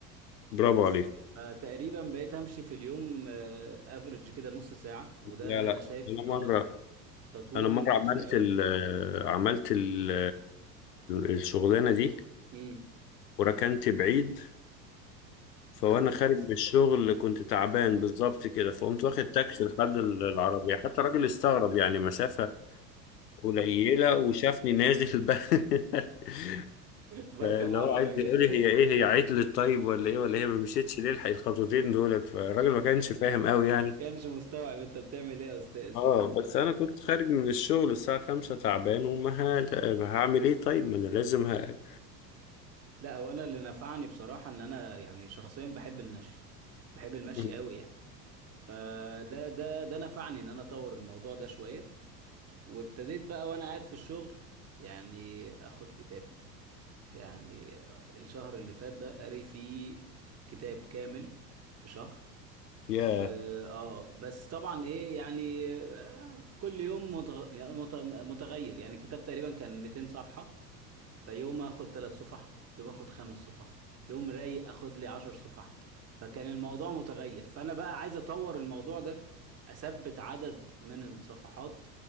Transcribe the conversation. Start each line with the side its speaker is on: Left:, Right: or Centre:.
Left: برافو
Right: بس
Left: عليك
Right: تقريبا بقيت امشي في اليوم افريج كده نص ساعه وده
Left: لا لا
Right: انا شايف
Left: انا
Right: ان
Left: مره
Right: هو تطوير
Left: انا مره
Right: من نفسي
Left: عملت
Right: قوي
Left: ال عملت ال الشغلانه دي
Right: امم
Left: وركنت بعيد فوانا
Right: اخدت
Left: خارج
Right: تاكسي
Left: من الشغل كنت تعبان بالظبط كده فقمت واخد تاكسي لحد ال- العربيه حتى الراجل استغرب يعني مسافه قليله وشافني نازل بقى <laughs>
Right: <laughs> بركب
Left: فاللي
Right: عربيه
Left: هو قاعد يقول لي هي ايه هي عطلت طيب ولا ايه ولا هي ما مشيتش ليه الحق الخطوتين دولت فالراجل ما كانش فاهم
Right: <laughs>
Left: قوي
Right: ما
Left: يعني
Right: كانش مستوعب انت بتعمل ايه يا استاذ
Left: اه بس انا كنت خارج من الشغل الساعة خمسة تعبان وما ه- هعمل ايه طيب ما انا لازم ه...
Right: لا هو انا اللي نفعني بصراحه ان انا يعني شخصيا بحب المشي بحب المشي
Left: مم.
Right: قوي يعني فده ده ده نفعني ان انا اطور الموضوع ده شويه وابتديت بقى وانا قاعد في الشغل يعني اخد كتاب يعني الشهر اللي فات ده قاري فيه كتاب كامل في شهر
Left: يا
Right: اه آه، بس طبعا ايه يعني آه كل يوم متغ... مت- متغير يعني الكتاب تقريبا كان 200 صفحه فيوم اخد ثلاث صفح يوم اخد خمس صفح يوم رايق اخد لي عشر صفح فكان الموضوع متغير فانا بقى عايز اطور الموضوع ده اثبت عدد من الصفحات